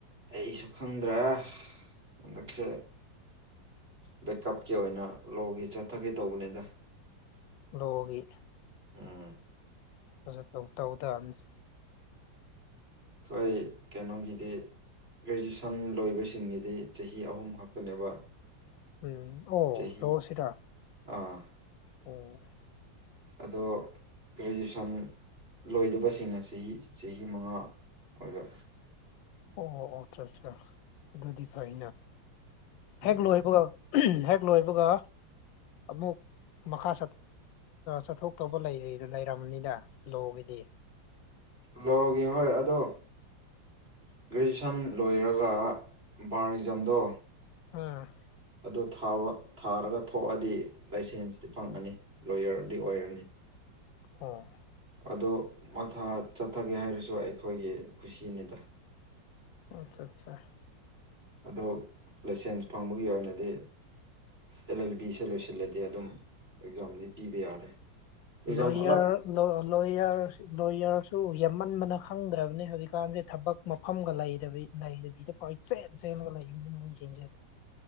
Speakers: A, on the right; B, on the left.
A: ꯑꯩꯁꯨ ꯈꯪꯗ꯭ꯔꯦ ꯍꯟꯗꯛꯁꯦ ꯕꯦꯛꯀꯞꯀꯤ ꯑꯣꯏꯅ ꯂꯣꯒꯤ ꯆꯠꯊꯒꯦ ꯇꯧꯕꯅꯤꯗ
B: ꯂꯒꯤ
A: ꯎꯝ
B: ꯐꯖ ꯇꯧ ꯇꯥꯕꯅꯤ
A: ꯑꯩꯈꯣꯏ ꯀꯩꯅꯣꯒꯤꯗꯤ ꯒ꯭ꯔꯦꯖꯨꯑꯦꯁꯟ ꯂꯣꯏꯕꯁꯤꯡꯒꯤꯗꯤ ꯆꯍꯤ ꯑꯍꯨꯝ ꯈꯛꯇꯅꯦꯕ
B: ꯎꯝ ꯑꯣ
A: ꯆꯍꯤ
B: ꯂ ꯁꯤꯗ
A: ꯑꯥ
B: ꯍꯣꯏ
A: ꯑꯗꯣ ꯒ꯭ꯔꯦꯖꯁꯟ ꯁꯟ ꯂꯣꯏꯗꯕꯁꯤꯡꯅ ꯆꯍꯤ ꯆꯍꯤ ꯃꯉꯥ ꯑꯣꯏꯕ
B: ꯑꯣ ꯑꯣ ꯑꯣ ꯑ ꯑꯠ ꯑꯗꯨꯗꯤ ꯐꯅ
A: ꯎꯝ
B: ꯍꯦꯛ ꯂꯣꯏꯕꯒ ꯍꯦꯛ ꯂꯣꯏꯕꯒ ꯑꯃꯨꯛ ꯃꯈꯥ ꯆꯠꯊꯣꯛꯇꯧꯕ ꯂꯩꯔꯅꯤꯗ ꯂꯣꯒꯤꯗꯤ
A: ꯂꯣꯒꯤ ꯍꯣꯏ ꯑꯗꯣ ꯒ꯭ꯔꯦꯖꯨꯑꯌꯦꯁꯟ ꯂꯣꯏꯔꯒ ꯕꯥꯔ ꯑꯦꯛꯖꯥꯝꯗꯣ
B: ꯎꯝ
A: ꯑꯗꯨ ꯊꯥꯔꯒ ꯊꯣꯛꯑꯗꯤ ꯂꯥꯏꯁꯦꯟꯁꯇꯤ ꯐꯪꯉꯅꯤ ꯂꯣꯌꯔꯗꯤ ꯑꯣꯏꯔꯅꯤ
B: ꯑ
A: ꯑꯗꯨ ꯃꯊꯥ ꯆꯠꯊꯒꯦ ꯍꯥꯏꯔꯁꯨ ꯑꯩꯈꯣꯏꯒꯤ ꯈꯨꯁꯤꯅꯤꯗ
B: ꯑꯆꯥ ꯑꯆꯥ
A: ꯑ ꯂꯥꯏꯁꯦꯟꯁ ꯐꯪꯕꯒꯤ ꯑꯣꯏꯅꯗꯤ ꯑꯦꯜ ꯑꯦꯜ ꯕꯤꯁꯦ ꯂꯣꯏꯁꯤꯜꯂꯗꯤ ꯑꯗꯨꯝ ꯑꯦꯛꯖꯥꯝꯗꯤ ꯄꯤꯕ ꯌꯥꯔꯦ ꯑꯦꯛꯖꯥꯝ
B: ꯂꯔ
A: ꯑꯂꯛ
B: ꯂ ꯂꯣꯌꯣꯌꯔ ꯂꯣꯌꯔꯁꯨ ꯌꯥꯝꯃꯟꯕꯅ ꯈꯪꯗ꯭ꯔꯕꯅꯤ ꯍꯧꯖꯤꯛꯀꯥꯟꯁꯦ ꯊꯕꯛ ꯃꯐꯝꯒ ꯂꯩꯗꯕꯤ ꯂꯩꯗꯦꯦꯒ ꯂꯩ ꯃꯤ ꯀꯖꯦ